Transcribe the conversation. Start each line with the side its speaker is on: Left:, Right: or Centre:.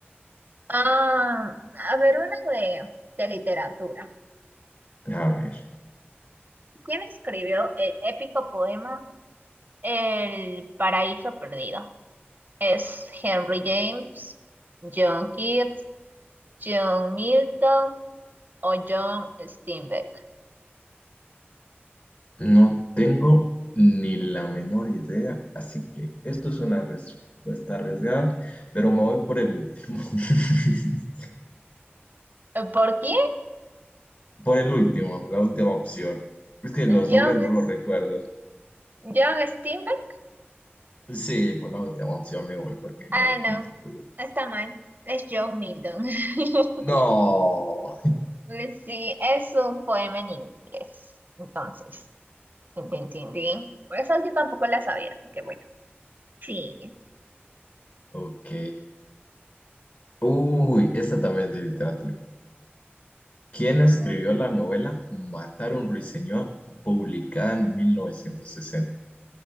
Right: Ah, a ver, una de, de literatura.
Left: A ver,
Right: ¿Quién escribió el épico poema El Paraíso Perdido? ¿Es Henry James, John Keats, John Milton o John Steinbeck?
Left: no tengo ni la menor idea, así que esto es una respuesta arriesgada, pero me voy por el último. <laughs>
Right: Eh, ¿Por quién?
Left: Por el último, la última opción. Es que los
Right: John,
Left: nombres no
Right: S-
Left: los recuerdo.
Right: John Steinbeck.
Left: Sí, por la última opción me voy porque no,
Right: Ah, no,
Left: no estoy seguro.
Right: está mal. Es John Milton. <laughs>
Left: No.
Right: Pues Sí, es un poema en inglés. Entonces, tin, tin, tin, tin. Esas yo tampoco las sabía, así que bueno. Sí.
Left: Ok. Uy, esta también es de literatura. ¿Quién escribió
Right: Ok.
Left: la novela Matar a un ruiseñor, publicada en 1960?